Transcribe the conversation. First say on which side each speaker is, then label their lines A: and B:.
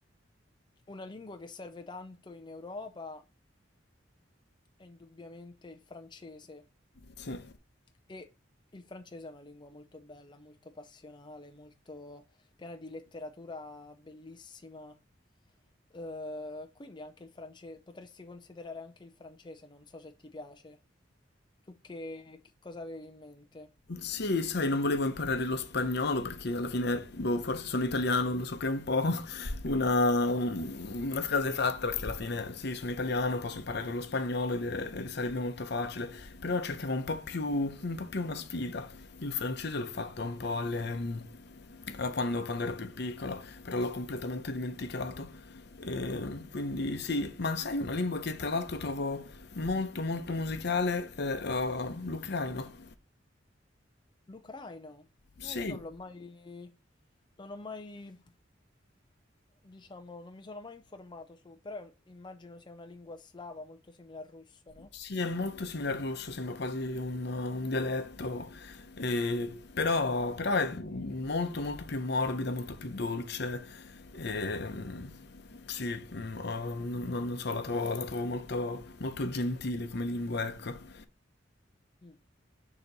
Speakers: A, on the left; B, on the left.
A: una lingua che serve tanto in Europa è indubbiamente il francese
B: Sì.
A: e il francese è una lingua molto bella, molto passionale, molto piena di letteratura bellissima. Eh, quindi anche il francese, potresti considerare anche il francese, non so se ti piace. Tu che, che cosa avevi in mente?
B: Sì, sai, non volevo imparare lo spagnolo perché alla fine, boh, forse sono italiano, lo so che è un po' <laughs> una, una frase fatta perché alla fine, sì, sono italiano, posso imparare lo spagnolo ed, è- ed sarebbe molto facile, però cercavo un po' più, un po' più una sfida. Il francese l'ho fatto un po' alle, mm, a quando, quando ero più piccolo, però l'ho completamente dimenticato. Eh, quindi sì, ma sai, una lingua che tra l'altro trovo molto molto musicale è eh, l'ucraino.
A: L'Ucraina?
B: Sì.
A: Eh, io non l'ho mai... Non ho mai... Diciamo, non mi sono mai informato su... Però immagino sia una lingua slava molto simile al russo, no?
B: Sì, è molto simile al russo, sembra quasi un, un dialetto, eh, però, però è molto molto più morbida, molto più dolce. ehm, sì, mm, oh, non, non- non so, la trovo, la trovo molto, molto gentile come lingua, ecco.
A: Mm.